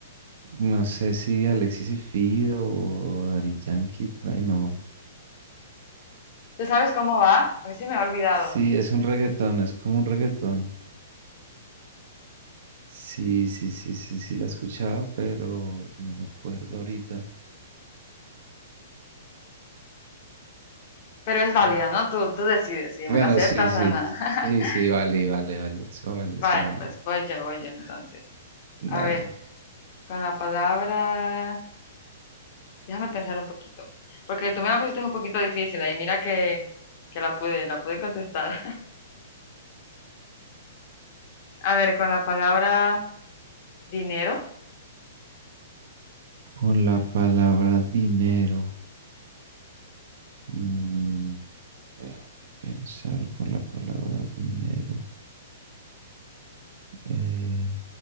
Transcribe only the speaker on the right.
No sé si Alexis y Fido o Daddy Yankee, por ahí no.
Sí, es un reggaetón, es como un reggaetón. Sí, sí, sí, sí, sí, la escuchaba, pero no me acuerdo ahorita.
Bueno,
sí, sí,
sí, sí, vale, vale, vale, eso vale,
eso vale.
Dale.
Con la palabra dinero. mm, déjame pensar con la palabra dinero. Eh,